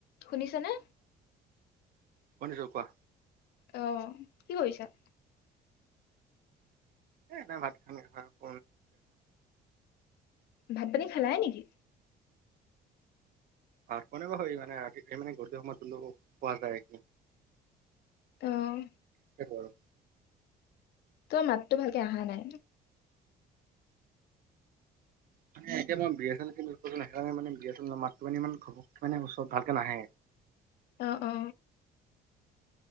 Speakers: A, on the left; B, on the right.
A: শুনিছ নে?
B: শুনিচো কোৱা।
A: আহ কি কৰিছা?
B: এ নাই ভাত পানী খো-
A: ভাত পানী খালাইে নেকি?
B: অ কোনে বা হয় মানে আ মানে গধূলি সময় হ'লেও পোৱা যায়।
A: উম
B: সেইটো আৰু
A: তো মাতটো ভালকে অহা নাই।
B: মানে এতিয়া মই বি এছ এল কৰিলোঁ। সেইকাৰণে মানে বি এছ এল মাতটো পানি ইমান মানে ওচৰত ভালকে নাহে।
A: অ অ